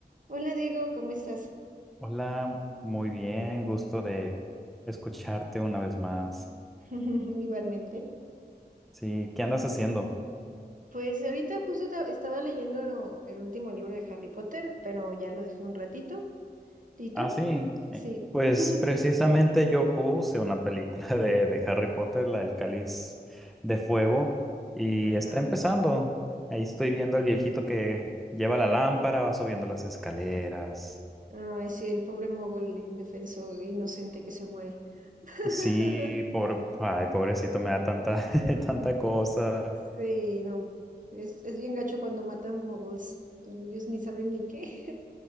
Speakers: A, on the right (about 50°); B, in the centre.
A: Hola Diego, ¿cómo estás?
B: Hola, muy bien, gusto de escucharte una vez más.
A: <laughs> Igualmente.
B: Sí, ¿qué andas haciendo?
A: Pues ahorita justo ta- estaba leyendo lo- el último libro de Harry Potter, pero ya lo dejé un ratito. ¿Y tú?
B: Ah, sí, eh,
A: Sí.
B: pues
A: <laughs>
B: precisamente yo puse una película <laughs> de, de Harry Potter, la del Cáliz de Fuego, y
A: Ajá.
B: está empezando. Ahí estoy viendo al viejito que lleva la lámpara, va subiendo las escaleras.
A: Ay, sí, el pobre mogol indefenso, inocente que se muere. <laughs>
B: Sí, por, ay, pobrecito, me da tanta, <laughs> tanta cosa.
A: Sí, no. Es, es bien gacho cuando matan mogols. Ellos ni saben ni qué.